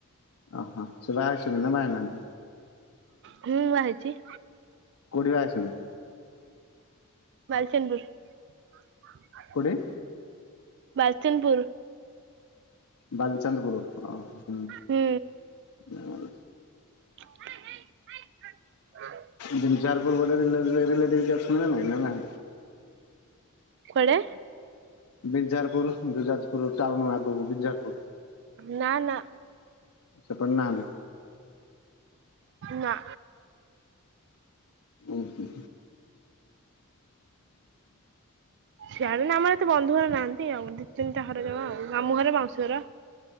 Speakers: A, on the left; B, on the right.
A: ଓହୋ ସେ ବାହା ହେଇ ସାଇଲେଣି ନା ବାହା ହେଇ ନାହାନ୍ତି।
B: ହୁଁ ବାହା ହେଇଛି।
A: କୋଉଠି ବା ହେଇଛନ୍ତି।
B: ବାଲିଚନ୍ଦପୁର।
A: କୋଉଠି।
B: ବାଲିଚନ୍ଦ ପୁର।
A: ବାଲିଚାନ୍ଦପୁର ଅ ହ।
B: ହୁଁ।
A: <inaudible>
B: <unintelligible>
A: ବିଞ୍ଜାର ପୁର ପଟେ ରିଲେ ରିଲେ ରିଲଟିଭ କିଏ ଅଛନ୍ତି ନା ନାଇଁ ନା ନାହାନ୍ତି।
B: କୁଆଡେ?
A: ବିଞ୍ଜାର ପୁର ଯୋଉ ଯାଜପୁର ଟାଉନ ଆଗକୁ ବିଞ୍ଜାରପୁର।
B: ନା ନା
A: ସେପଟେ ନାହାନ୍ତି
B: ନା।
A: ଓହୋ।
B: ସିଆଡେ ନା ଆମର ଏତେ ବନ୍ଧୁ ଘର ନାହାନ୍ତି ଆଉ। ଦିଇ ତିନଟା ଘର ଜମା ଆଉ। ଆମଁ ଘର ମାଉସୀ ଘର।